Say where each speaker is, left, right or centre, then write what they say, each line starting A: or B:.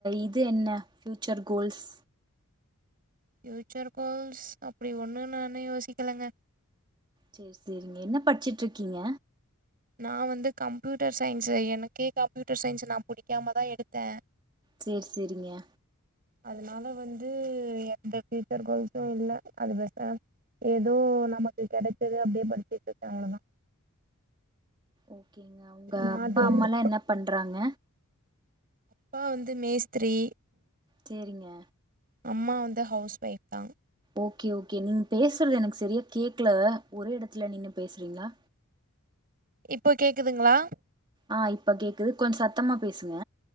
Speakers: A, on the right; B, on the right.
A: இது என்ன ஃப்யூச்சர் கோல்ஸ்
B: ஃப்யூச்சர் கோல்ஸ் அப்டி ஒண்ணு நா இன்னு யோசிக்கலங்க
A: செரி செரிங்க என்ன படிச்சுட்டு இருக்கீங்க
B: நா வந்து கம்ப்யூட்டர் சைன்ஸ் எனக்கே கம்ப்யூட்டர் சைன்ஸ் நா புடிக்காம தா எடுத்தே
A: சேர் செரிங்க
B: அதனால வந்து எந்த பியூச்சர் கோல்சும் இல்ல அது பேசேம் ஏதோ நமக்கு கெடச்சது அப்டியே படிச்சட்ருக்கே அவ்வளதா
A: ஓகேங்க உங்க
B: நான்
A: அப்பா
B: டுவெல்த்
A: அம்மாலா என்ன பண்றாங்க
B: அப்பா வந்து மேஸ்திரி
A: சேரிங்க
B: அம்மா வந்து ஹவுஸ் ஒய்ஃப் தா
A: ஓகே ஓகே நீங்க பேசுறது எனக்கு செரியா கேக்கல ஒரே எடத்துல நின்னு பேசுறீங்களா
B: இப்போ கேக்குதுங்களா
A: ஆ இப்ப கேக்குது கொஞ்சோ சத்தமா பேசுங்க